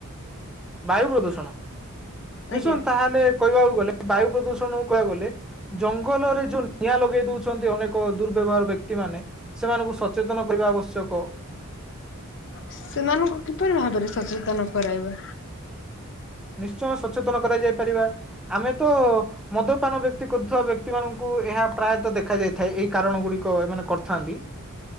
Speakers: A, in the centre; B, on the left.
A: ବାୟୁ ପ୍ରଦୂଷଣ ନିଶ୍ଚନ୍ତ
B: ଆଜ୍ଞା
A: ତାହେଲେ କହିବାକୁ ଗଲେ ବାୟୁ ପ୍ରଦୂଷଣ କହିବାକୁ ଗଲେ ଜଙ୍ଗଲରେ ଯୋଉ ନିଆଁ ଲଗେଇ ଦଉଛନ୍ତି ଅନେକ ଦୁର୍ବ୍ୟବହାର ବ୍ୟକ୍ତି ମାନେ, ସେମାନଙ୍କୁ ସଚେତନ କରିବା ଆବଶ୍ୟକ।
B: ସେମାନଙ୍କୁ କିପରି ଭାବରେ ସଚେତନ କରାଇବା?
A: ନିଶ୍ଚୟ ସଚେତନ କରାଯାଇ ପାରିବା ଆମେ ତ ମଦପାନ ବ୍ୟକ୍ତି କରୁଥିବା ବ୍ୟକ୍ତି ମାନଙ୍କୁ ଏହା ପ୍ରାୟତ ଦେଖା ଯାଇଥାଏ ଏହିଇ କାରଣ ଗୁଡିକ ଏମାନେ କରିଥାନ୍ତି।